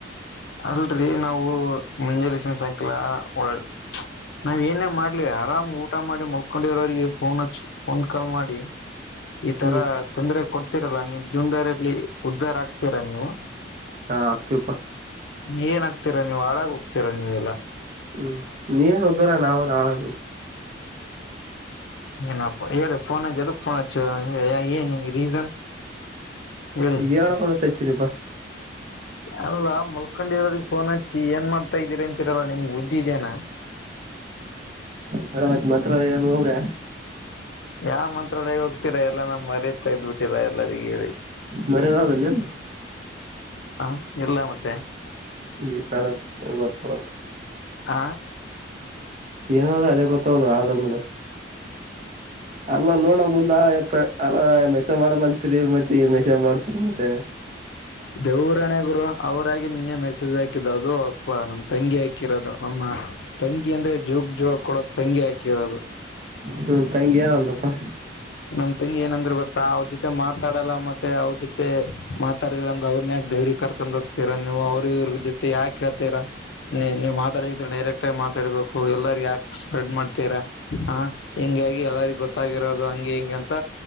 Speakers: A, on the left; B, on the right.
A: ಅಲ್ರರಿ ನಾವು ಮುಂಜಾನಸನ್ ಸಾಯಂಕಾಲ ಒ ನಾವ ಏನೇ ಮಾಡ್ಲಿ ಆರಾಮ್ ಊಟ ಮಾಡಿ ಮಲ್ಕೊಂಡಿರೋರಿಗೆ ಫೋನ್ ಹಚ್ಚಿ ಫೋನ್ ಕಾಲ್ ಮಾಡಿ ಈ ತರ
B: ಹ್ಮ್
A: ತೊಂದ್ರ ಕೊಡ್ತೀರಲ್ಲ ನೀವು ಜೂನ್ದಾರಲ್ಲಿ ಉದ್ಧಾರ ಹಾಕ್ತೀರಾ ನೀವು
B: ನಾ ಹಫತಿ ಉಪ್ಪ
A: ಏನಾಗ್ತೀರಾ ನೀವ್ ಹಾಳಾಗ ಹೋಗ್ತೀರಾ ನೀವೆಲ್ಲ
B: ಹ್ಮ್ ನೀವ ಹದರ ನಾವ ನಾಳಾಗ
A: ನಪ್ಪ ಹೇಳಿ ಫೋನ್ ಅದಕ್ ಫೋನ್ ಹಚ್ಚ ಏನು ರೀಸನ್ ಹೇಳಿ
B: ಈಾಳ ಕೊಣ ತಚ್ಚಿದಪ್ಪಾ
A: ಅಲ್ಲ ಮಲ್ಕೊಂಡಿರೋರಿಗೆ ಫೋನ್ ಹಚ್ಚಿ ಏನ್ ಮಾಡ್ತಾ ಇದ್ದೀರಿ ಅಂತರಲ್ಲ ನಿಮ್ ಬುದ್ದಿದೇನಾ
B: ಮಡ ಮತ್ ಮಂತ್ರ ಏನು ಹೋಗ್ರ
A: ಯಾವ ಮಂತ್ರಾಲಯ ಹೋಗ್ತೀರಾ ಎಲ್ಲಾ ನಮ್ ಮರ್ಯದ ತೆಗೆದ್ ಬಿಟ್ಟಿರಾ ಎಲ್ಲರಿಗ ಹೇಳಿ
B: ಮರ್ಯದ ಆದದಲ್ಲಿ ಎ್ದ
A: ಹ ಎಲ್ಲ ಮತ್ತೆ
B: ಇನ್ನಾದ ಗೊತ್ತವಲ್ಲ
A: ಹ
B: ಏನಾದ ಅದೇ ಗೊತ್ತಾಗದು ಆದಲ್ಡ ಅಲ್ಲ ನೋಡ ಮುಂದ ಅ ಮೆಸ ಮಾಡಲ್ಲ ಅಂತಿದೀವಿ ಮೆ ಮಷ ಮಾಡ್ತರಿ ಮತ್ತೆ
A: ದೇವರಣೆ ಗುರು ಅವರಾಗಿ ನಿನ್ನೆ ಮೆಸೇಜ್ ಹಾಕಿದ್ ಅದು ಅಪ್ಪ ನಮ್ ತಂಗಿ ಹಾಕಿರೋದು ನಮ್ಮ ತಂಗಿ ಅಂದ್ರೆ ಜ ಗ್ ಜೋಳ ಕೂಡ ತಂಗಿ ಹಾಕಿರದು
B: ಹ್ಮ ತಗೆ ಏನ ಅಂದಪ್ಪಾ
A: ನಮ್ ತಂಗಿ ಏನಂದ್ರ ಗೊತ್ತಾ ಅವ್ರ ಜೊತೆ ಮಾತಾಡಲ್ಲ ಮತ್ತೆ ಅವ್ರ ಜೊತೆ ಮಾತಾಡಲ್ಲ ಅಂದ್ರೆ ಅವ್ರ ದೇವ್ರಿಗೆ ಕರ್ಕೊಂಡ್ ಹೋಗ್ತೀರಾ ನೀವು ಅವ್ರ್ರ ಜೊತೆ ಯಾಕ ಕೇಳ್ತೀರಾ ನೀ ನೀವ್ ಮಾತಾಡ ಡೈರೆಕ್ಟ್ ಆಗಿ ಮಾತಾಡ್ಬೇಕು ಎಲ್ಲರಿಗ ಯಾಕೆ ಸ್ಪ್ರೆಡ್ ಮಾಡ್ತೀರಾ ಹ ಹಾಗಿ ಎಲ್ಲರಿಗ ಗೊತ್ತಾಗಿರೋದು ದು ಹಂಗೆ ಹಿಂಗ ಅಂತ